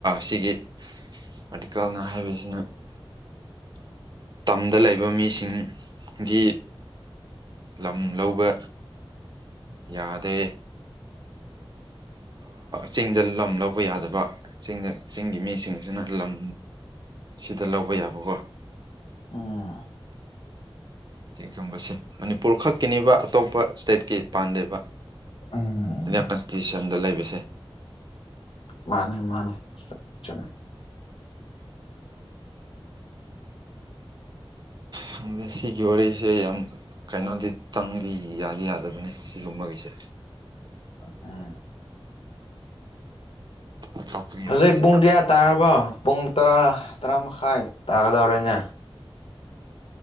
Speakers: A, on the right; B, on the left.
A: ꯁꯤꯒꯤ ꯑꯥꯔꯇꯤꯀꯜꯅ ꯍꯥꯏꯕꯁꯤꯅ ꯇꯝꯗ ꯂꯩꯕ ꯃꯤꯁꯤꯡꯒꯤ ꯂꯝ ꯂꯧꯕ ꯌꯥꯗꯦ ꯆꯤꯡꯗ ꯂꯝ ꯂꯧꯕ ꯌꯥꯗꯕ ꯆꯤꯡꯗ ꯆꯤꯡꯒꯤ ꯃꯤꯁꯤꯡꯁꯤꯅ ꯂꯝ
B: <inaudible>
A: ꯗ ꯂꯧꯕ ꯌꯥꯕꯀꯣ
B: ꯎꯝ
A: ꯁꯤꯒꯨꯝꯕꯁꯦ ꯃꯅꯤꯄꯨꯔ ꯈꯛꯀꯤꯅꯦꯕ ꯑꯇꯣꯞꯄ ꯏꯁꯇꯦꯠꯀꯤ ꯄꯥꯟꯗꯕ
B: ꯎꯝ
A: ꯏꯟꯗꯤꯌꯥꯟ ꯀꯟꯁꯇꯤꯇ꯭ꯌꯨꯁꯟꯗ ꯂꯩꯕꯁꯦ
B: ꯃꯥꯅꯦ ꯃꯥꯅꯦ ꯆ
A: ꯈꯪꯗꯦ ꯁꯤꯒꯤ ꯋꯥꯔꯤꯁꯦ ꯌꯥꯝ ꯀꯩꯅꯣꯗꯤ ꯇꯪꯗꯤ ꯌꯥꯗꯤ ꯌꯥꯗꯕꯅꯤ ꯁꯤꯒꯨꯝꯕꯒꯤꯁꯦ
B: ꯑꯝ
A: ꯑꯇꯣꯞꯄꯒꯤ
B: ꯍꯧꯖꯤꯛ
A: ꯋꯥꯔꯤ ꯁꯥ
B: ꯄꯨꯡ ꯀꯌꯥ ꯇꯥꯔꯕꯣ ꯄꯨꯡ ꯇꯔꯥ ꯇꯔꯥ ꯃꯈꯥꯏ ꯇꯥꯒꯗꯧꯔꯦꯅꯦ